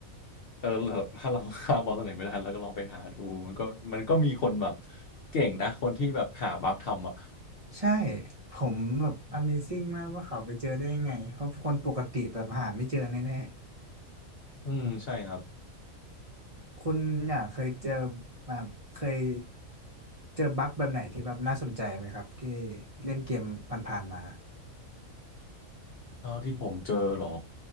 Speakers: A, on the left; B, on the right.
A: เออแบบถ้าเราหาบอลตัวไหนไม่ได้เราก็ลองไปหาดูมันก็มันก็มีคนแบบเก่งนะคนที่แบบหาบั๊กทำอ่ะ
B: ใช่ผมแบบ Amazing มากว่าเขาไปเจอได้ยังไงเพราะคนปกติแบบหาไม่เจอแน่
A: อืมใช่ครับ
B: คุณเนี่ยเคยเจอมาเคยเจอบั๊กแบบไหนที่แบบน่าสนใจไหมครับที่เล่นเกมผ่านๆมา
A: เท่าที่ผมเจอเหรอ